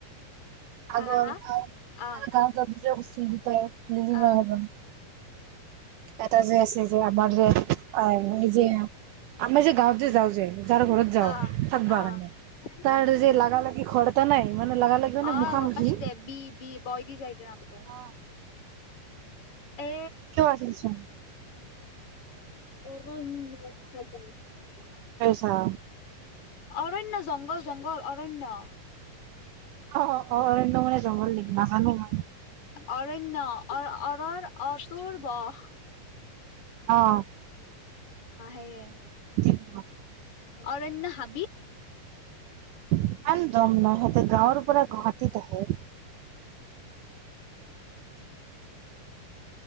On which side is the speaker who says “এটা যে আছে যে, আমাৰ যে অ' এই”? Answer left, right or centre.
Right